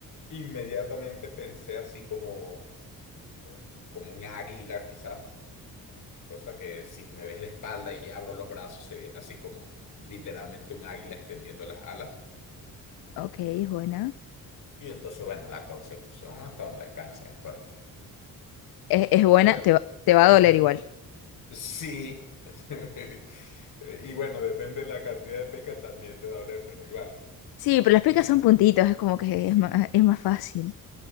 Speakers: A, on the left (about 60°); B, on the left (about 80°).
A: inmediatamente pensé así como, eh, como un águila, quizás. eh, cosa que si me ves de espalda y abro los brazos, se viera así como literalmente un águila extendiendo las alas.
B: Ok, es buena.
A: Y entonces, bueno, la concepción hasta donde alcanza en el cuerpo.
B: Es, es buena,
A: Mira.
B: te va, te va a
A: <laughs>
B: doler igual.
A: Sí. <laughs> Y bueno, depende de la cantidad de pecas también te va a doler, pero igual.
B: Sí,
A: Eh,
B: pero las pecas son puntitos,
A: <laughs>
B: es como que
A: sí.
B: es más, es más fácil.